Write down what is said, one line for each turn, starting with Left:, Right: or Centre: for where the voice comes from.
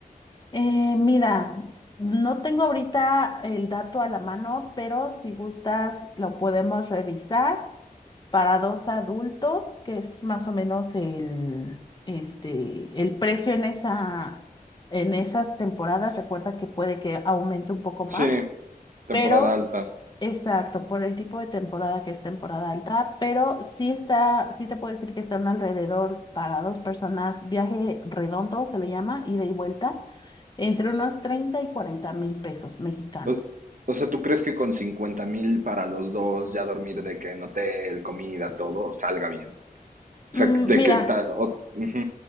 Left: Eh, mira, no tengo ahorita el dato a la mano, pero si gustas lo podemos revisar para dos adultos, que es más o menos el, este, el precio en esa, en esas temporadas. Recuerda que puede que aumente un poco más.
Right: Sí, temporada
Left: Pero,
Right: alta.
Left: exacto, por el tipo de temporada que es temporada alta, pero sí está, sí te puedo decir que están alrededor para dos personas, viaje redondo se le llama, ida y vuelta, entre unos 30 y 40 mil pesos mexicanos.
Right: O, o sea, ¿tú crees que con cincuenta mil para los dos, ya dormir de que en hotel, comida, todo, salga bien?
Left: Mm,
Right: O sea, de
Left: mira,
Right: que... ta- o- ujú.